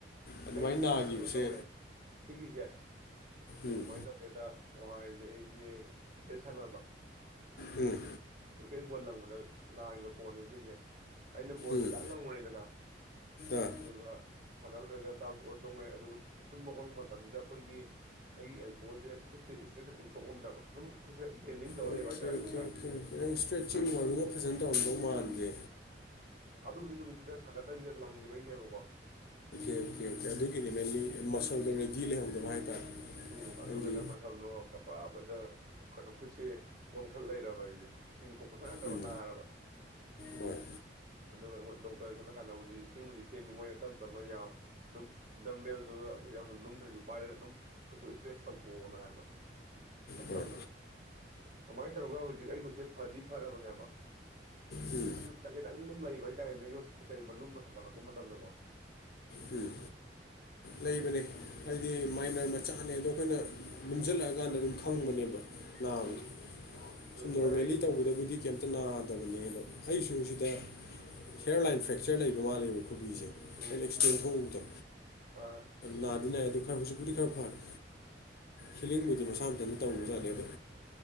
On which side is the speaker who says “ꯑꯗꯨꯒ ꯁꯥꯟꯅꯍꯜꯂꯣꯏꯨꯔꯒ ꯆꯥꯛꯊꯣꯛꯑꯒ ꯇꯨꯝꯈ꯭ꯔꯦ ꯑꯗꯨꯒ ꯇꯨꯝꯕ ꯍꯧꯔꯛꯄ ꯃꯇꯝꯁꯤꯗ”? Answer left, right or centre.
Right